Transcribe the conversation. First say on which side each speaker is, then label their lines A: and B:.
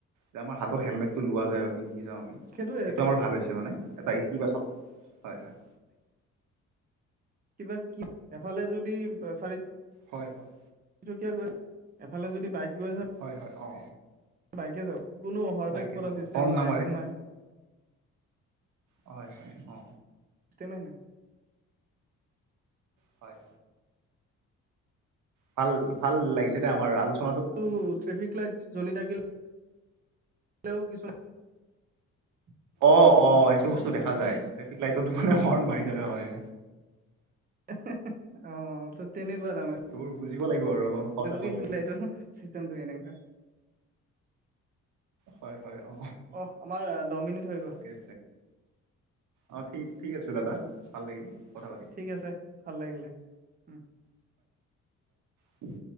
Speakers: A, on the right; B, on the right.
A: যে আমাৰ হাতত হেলমেট টো লোৱা যায় বা পিন্ধ। যা আমি
B: সেইটোয়ে সেইটোয়ে
A: এইটো আমাৰ ভাল হৈছে মানে এটা ইতিবাচক হয় হয়।
B: কিবা কি এফালে যদি চাৰি
A: হয় হয়
B: কীয়া গৈ এফালে যদি বাইক গৈ। আছে
A: হয় হয় অ।
B: বাইকে যা কোনো অভাৰটেক
A: বাইকে
B: কৰা
A: যাব
B: চিষ্টেম
A: হৰ্ণ
B: নাই
A: নামাৰে
B: একো নাই।
A: হয় হয় অ
B: চিষ্টেমে নাই
A: হয়। ভাল ভাল লাগিছে দে আমাৰ আলোচনা।
B: ত ট্ৰেফিক লাইট জ্বলি থাকিল। <unintelligible>
A: অ অ সেইটো বস্তু দেখা যায় ট্ৰেফিক লাইটত মানে হৰ্ণ মাৰি থাকা হয়
B: হেহ হেহ হেহ অ ত তেনেকোৱা তাৰমানে
A: সেইবোৰ বুজিব লাগিব আৰু অলপমান সজাগ
B: ত লোকে
A: হ'ব
B: মিলাই
A: লাগিব
B: চিষ্টেমটো কেনেকোৱা
A: হয় হয় অ
B: অ আমাৰ দহ মিনিট হৈ গ'ল
A: তাকেই অ ঠিক ঠিক আছে দাদা ভাল লাগিল কথা পাতি
B: ঠিক আছে ভাল লাগিলে উম।
A: উম